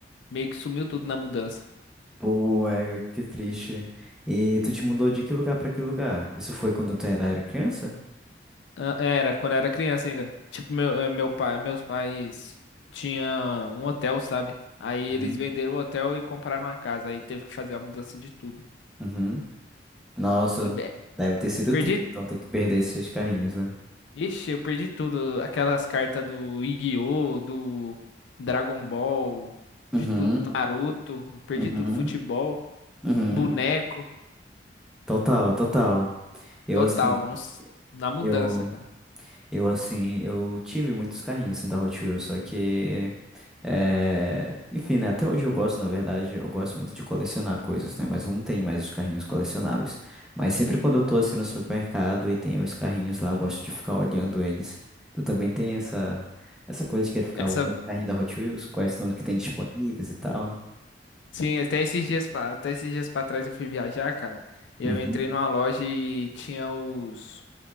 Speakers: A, on the left; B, in the centre.
A: meio que sumiu tudo na mudança.
B: Pô, é, que triste. E tu te mudou de que lugar pra que lugar? Isso foi quando tu era era criança?
A: Ah, Era, quando eu era criança ainda. Tipo, meu, eh, meu pai, meus pais tinha um hotel, sabe? Aí eles
B: Uhum.
A: venderam o hotel e compraram a casa. Aí teve que fazer a mudança de tudo.
B: Uhum. Nossa,
A: Eu be-
B: deve ter sido
A: Perdi.
B: triste, então ter que perder esses carrinhos, né?
A: Ixi, eu perdi tudo. Aquelas cartas do Yu-Gi-Oh!, do Dragon Ball,
B: Uhum,
A: de tudo. Naruto, eu perdi
B: uhum,
A: tudo. Futebol,
B: uhum.
A: boneco,
B: Total, total. Eu
A: total.
B: assim,
A: nos- na mudança,
B: eu,
A: cara.
B: eu assim, eu tive muitos carrinhos assim da Hot Wheels, só que É, Enfim, né? Até hoje eu gosto, na verdade, eu gosto muito de colecionar coisas, né? Mas eu não tenho mais os carrinhos colecionáveis. Mas sempre quando eu tô assim no supermercado e tem os carrinhos lá, eu gosto de ficar olhando eles. Tu também tem essa, essa coisa de querer ficar
A: Essa.
B: olhando o carrinho da Hot Wheels, quais são os que tem disponíveis e tal.
A: Sim, até esses dias, pa- até esses dias pra trás eu fui viajar, cara. E
B: Uhum.
A: eu entrei numa loja e tinha os,